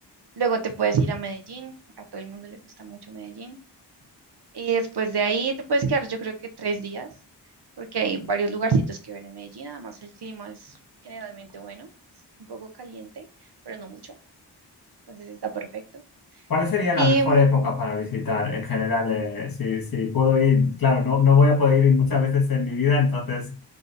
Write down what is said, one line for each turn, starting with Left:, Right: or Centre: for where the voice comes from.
Right: Luego te puedes ir a Medellín, a todo el mundo le gusta mucho Medellín. Y después de ahí te puedes quedar yo creo que tres días, porque hay varios lugarcitos que ver en Medellín, además el clima es generalmente bueno, es un poco caliente, pero no mucho, entonces está perfecto.
Left: ¿Cuál sería
Right: Y
Left: la mejor
Right: mm,
Left: época para visitar en general? eh, si, si puedo ir, claro, no, no voy a poder ir muchas veces en mi vida, entonces